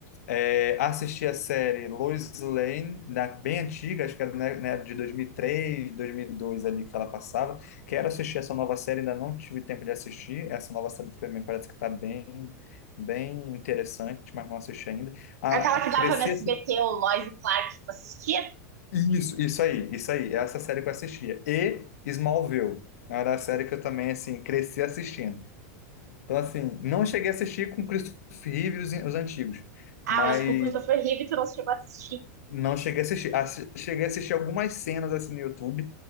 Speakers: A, on the left (about 70°); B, on the right (about 75°).
A: É, assisti a série Lois Lane, na, bem antiga, acho que era né, né, de 2003, 2002 ali que ela passava. Quero assistir essa nova série, ainda não tive tempo de assistir. Essa nova série do Superman parece que está bem, bem interessante, mas não assisti ainda. Ah,
B: Aquela que
A: cresci
B: dava no SBT, o Lois e Clark, que tu assistia?
A: isso, isso aí, isso aí. É Essa série que eu assistia. E Smallville. Era a série que eu também, assim, cresci assistindo. Então, assim, não cheguei a assistir com Christopher Reeve e os, os antigos.
B: Ah,
A: Mas
B: os Cucurutas foi horrível e tu não chegou a assistir.
A: não cheguei a assistir. Assi- cheguei a assistir algumas cenas, assim, no YouTube.